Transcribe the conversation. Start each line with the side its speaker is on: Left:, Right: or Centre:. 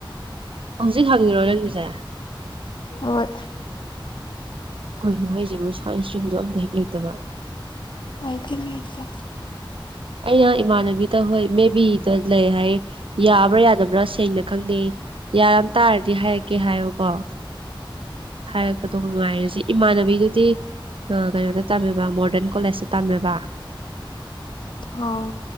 Right: ꯍꯧꯖꯤꯛ ꯍꯪꯉꯤꯔꯣ ꯅꯪꯒꯤꯁꯦ
Left: ꯍꯣꯏ
Right: ꯀꯩꯅꯣ ꯍꯥꯏꯁꯤꯕꯨ ꯁꯥꯏꯟꯁ ꯁ꯭ꯇꯔꯤꯝꯁꯨ ꯑꯃꯇ ꯍꯦꯛ ꯂꯩꯇꯕ
Left: ꯂꯩꯗꯤ ꯂꯩꯇꯦ
Right: ꯑꯩꯅ ꯏꯃꯥꯟꯅꯕꯤꯗ ꯍꯣꯏ ꯃꯦ ꯕꯤꯗ ꯂꯩ ꯍꯥꯏ ꯌꯥꯕ꯭ꯔꯥ ꯌꯥꯗꯕ꯭ꯔꯥ ꯁꯦꯡꯅ ꯈꯪꯗꯦ ꯌꯥꯔꯝꯇꯥꯔꯗꯤ ꯍꯥꯏꯔꯛꯀꯦ ꯍꯥꯏꯌꯦꯕꯀꯣ ꯍꯥꯏꯔꯛꯄꯗꯣ ꯉꯉꯥꯏꯔꯁꯤ ꯏꯃꯥꯟꯅꯕꯤꯗꯨꯗꯤ ꯑ ꯀꯩꯅꯣꯗ ꯇꯝꯃꯦꯕ ꯃꯣꯗꯔꯟ ꯀꯣꯂꯦꯖꯁꯇ ꯇꯝꯃꯦꯕ
Left: ꯑꯣ